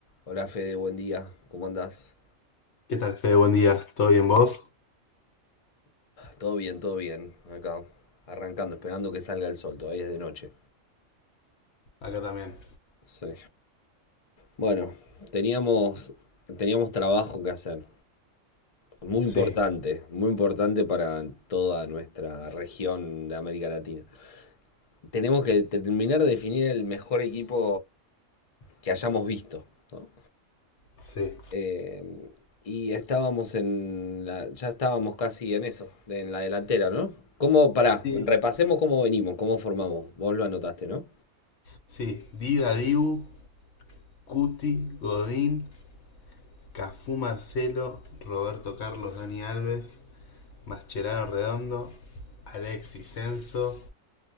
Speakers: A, on the left; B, on the left.
A: Hola Fede, buen día, ¿cómo andás?
B: ¿Qué tal, Fede? Buen día. ¿Todo bien vos?
A: Todo bien, todo bien, acá, arrancando, esperando que salga el sol, todavía es de noche.
B: Acá también.
A: Sí. Bueno, teníamos, teníamos trabajo que hacer, muy
B: Sí,
A: importante, muy importante para toda nuestra región de América Latina. Tenemos que terminar de definir el mejor equipo que hayamos visto, ¿no?
B: sí.
A: Eh, y estábamos en la, ya estábamos casi en eso, de- en la delantera, ¿no? ¿Cómo, pará,
B: Sí.
A: repasemos cómo venimos, cómo formamos. Vos lo anotaste, ¿no?
B: Sí. Dida Dibu, Cuti, Godín, Cafú Marcelo, Roberto Carlos, Dani Alves, Mascherano Redondo, Alexis Senso,